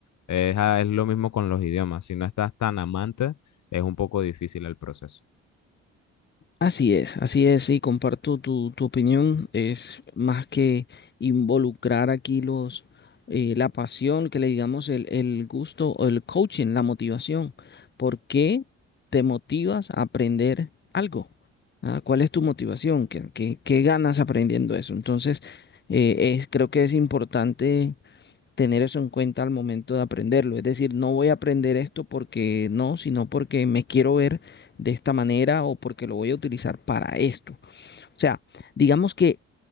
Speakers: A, on the left; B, on the left.
A: es, a- es lo mismo con los idiomas, si no estás tan amante, es un poco difícil el proceso.
B: Así es, así es, y comparto tu, tu opinión. Es más que involucrar aquí los eh, la pasión, que le digamos el, el gusto o el coaching, la motivación. ¿Por qué te motivas a aprender algo? ¿Ah? ¿Cuál es tu motivación? ¿Qué, qué- qué ganas aprendiendo eso? Entonces, eh, es, creo que es importante tener eso en cuenta al momento de aprenderlo. Es decir, no voy a aprender esto porque no, sino porque me quiero ver de esta manera o porque lo voy a utilizar para esto. O sea, digamos que